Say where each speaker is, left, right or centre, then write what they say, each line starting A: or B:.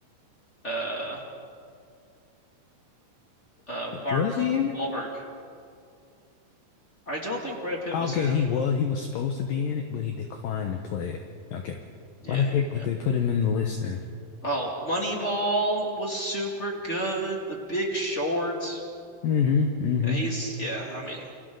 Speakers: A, on the left; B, on the left.
A: uh uh Mark
B: Was he in it?
A: Wahlberg I don't think Brad Pitt
B: Okay,
A: was in.
B: he was. He was supposed to be in it, but he declined to play it. Okay.
A: Yeah,
B: Why the heck
A: yeah,
B: would
A: yeah.
B: they put him in the list then?
A: Oh, Moneyball was super good. The Big Short.
B: Mm-hmm. Mm-hmm.
A: He's yeah. I mean,